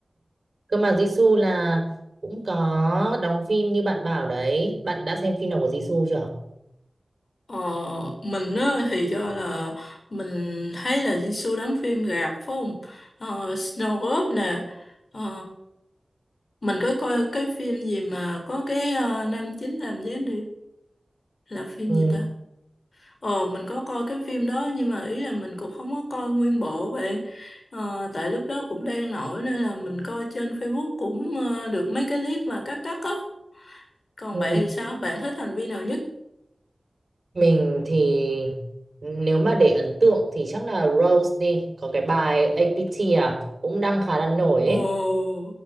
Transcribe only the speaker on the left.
ờ, mình á, thì do là mình thấy là Di đóng phim rạp phải không ờ, Snow Globe nè ờ, mình có coi cái phim gì mà có cái ờ, nam chính làm gián điệp là phim
gì ta ờ mình có coi cái phim đó nhưng mà ý là mình cũng không có coi nguyên bộ bạn ờ, tại lúc đó cũng đang nổi nên là mình coi trên Facebook cũng ờ, được mấy cái clip mà cắt cắt á Còn
bạn thì sao? Bạn thích hành vi nào nhất?
Ồ,